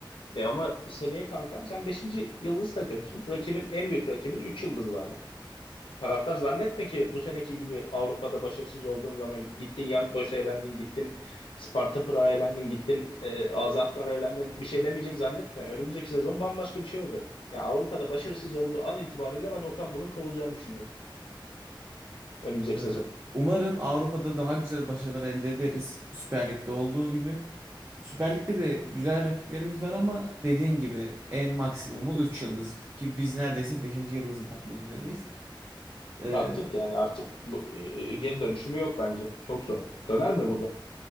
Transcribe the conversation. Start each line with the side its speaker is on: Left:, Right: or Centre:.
Left: E ama seneye kankam sen beşinci yıldız takıyorsun. Rakibin en büyük rakibin 3 yıldızlı hali. Taraftar zannetme ki bu seneki gibi Avrupa'da başarısız olduğun zaman gittin Young Boys'a elendin, gittin Sparta Prag'a elendin, gittin e, AZ Alkmaar'a elendin. Bir şey demeyecek zannetme. Önümüzdeki sezon bambaşka bir şey olacak. yani Avrupa'da başarısız olduğu an itibariyle ben Okan Buruk'un kovulacağını düşünüyorum. Önümüzdeki
Right: e,
Left: sezon.
Right: umarım Avrupa'da daha güzel başarılar elde ederiz. Süper Lig'de olduğu gibi. Süper Lig'de de güzel rakiplerimiz var ama dediğin gibi en maksimumu 3 yıldız ki biz neredeyse beşinci yıldızı takmak üzereyiz. Ee,
Left: Taktık yani artık bu, e, e, geri dönüşümü yok bence. Çok zor. Döner mi burada?